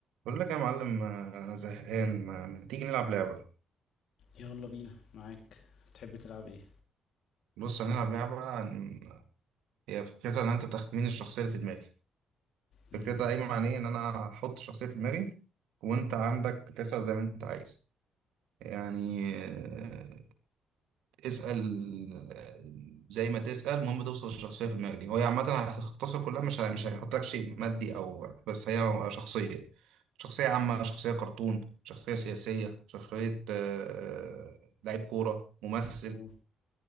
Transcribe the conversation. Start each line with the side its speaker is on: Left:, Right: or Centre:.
Right: بقول لك يا معلم آه، انا زهقان ما ما تيجي نلعب لعبه
Left: يلا بينا معاك تحب تلعب ايه
Right: بص هنلعب لعبه عن- هي فكرتها ان انت تخمين الشخصيه اللي في دماغي
Left: مم.
Right: فكرتها قايمه عن ايه ان انا احط الشخصيه في دماغي وانت عندك تسال زي ما انت عايز يعني آه، اسال آه، زي ما تسال المهم توصل للشخصيه في دماغي دي هو عامه هتختصر كلها مش ه- مش هيحط لك شيء مادي او بس هي شخصيه شخصيه عامه شخصيه كرتون شخصيه سياسيه شخصيه آه، لعيب كوره ممثل
Left: أوه،